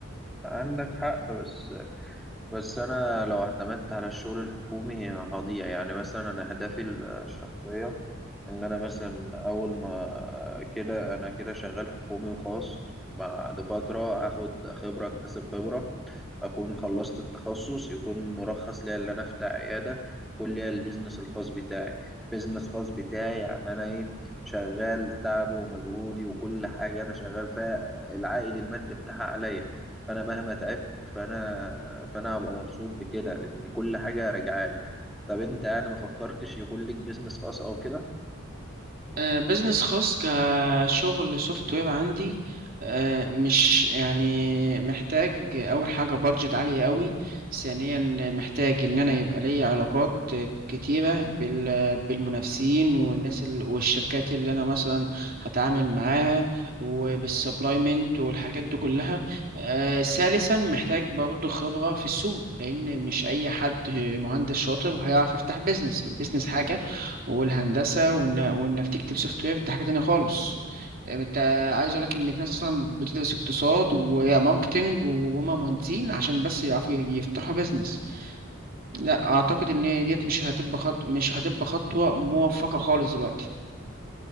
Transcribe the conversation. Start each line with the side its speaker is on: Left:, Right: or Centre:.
Centre: عندك حق بس بس انا لو اعتمدت على الشغل الحكومي هضيع يعني مثلا انا اهدافي الشخصيه ان انا مثلا اول ما كده انا كده شغال حكومي وخاص بعد فتره اخد خبره اكتسب خبره اكون خلصت التخصص يكون مرخص ليا ان انا افتح عياده يكون ليا البيزنس الخاص بتاعي بيزنس خاص بتاعي يعني انا ايه شغال تعبي ومجهودي وكل حاجه انا شغال فيها العائد المادي بتاعها عليا فانا مهما تعبت فانا فانا هبقى مبسوط بكده لان كل حاجه راجعه لي طب انت يعني ما فكرتش يكون ليك بيزنس خاص او كده
Right: آه، بزنس خاص كشغل سوفت وير عندي آه، مش يعني محتاج اول حاجه بادجت عاليه قوي ثانيا محتاج ان انا يبقى ليا علاقات كتيره بال- بالمنافسين والناس ال- والشركات اللي انا مثلا هتعامل معاها وبالسبلايمنت والحاجات دي كلها آه، ثالثا محتاج برضه خبره في السوق لان مش اي حد مهندس شاطر هيعرف يفتح بزنس البزنس حاجه والهندسه وإن... وانك تكتب سوفت وير دي حاجه تانية خالص انت عايز اقول لك ان في ناس اصلا بتدرس اقتصاد وماركتنج وهما مهندسين عشان بس يعرفوا يفتحوا بيزنس لا اعتقد ان ديت مش هتبقى خط... مش هتبقى خطوه موفقه خالص دلوقتي